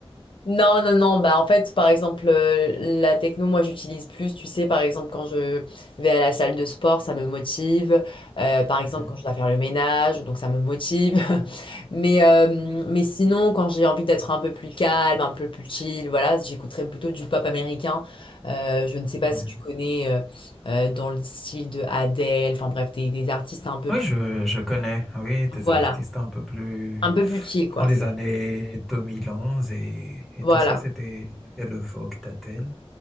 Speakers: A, on the left; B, in the centre.
A: Non, non, non, bah en fait, par exemple, euh, la techno, moi j'utilise plus, tu sais, par exemple, quand je vais à la salle de sport, ça me motive, Euh, par
B: Mhm,
A: exemple, quand je dois faire le ménage, donc ça me motive, <laughs> mais, euh, mais sinon, quand j'ai envie d'être un peu plus calme, un peu plus chill, voilà, j'écouterais plutôt du pop américain, Euh, je ne sais pas
B: mhm.
A: si tu connais euh, euh, dans le style de Adele, enfin bref, des, des artistes un peu
B: Oui,
A: plus,
B: je, je connais, oui, des
A: voilà,
B: artistes un peu plus
A: un peu plus chill, quoi,
B: dans les
A: Ça-
B: années 2011 et, et
A: voilà,
B: tout ça, c'était c'était le Vogue d'Adèle.